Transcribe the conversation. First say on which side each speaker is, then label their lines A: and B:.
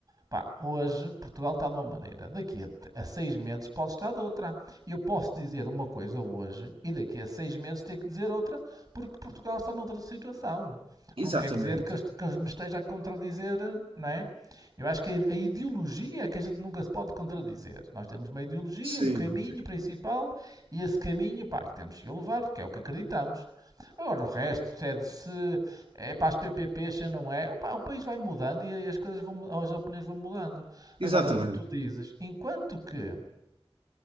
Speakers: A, on the right; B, on the right.
A: Pá, hoje Portugal está de uma maneira, daqui a, a seis meses pode estar de outra. E eu posso dizer uma coisa hoje e daqui a seis meses ter que dizer outra, porque Portugal está noutra situação.
B: Exatamente.
A: Não quer dizer que, que me esteja a contradizer, não é? Eu acho que a, a ideologia é que a gente nunca se pode contradizer. Nós temos uma ideologia,
B: Sim,
A: um caminho
B: sim.
A: principal e esse caminho, pá, que temos que levar porque é o que acreditamos. Agora, o resto se é de se é para as PPPs, se não é. Opa, o país vai mudando e as coisas vão, as opiniões vão mudando. Agora,
B: Exatamente.
A: como tu dizes, enquanto que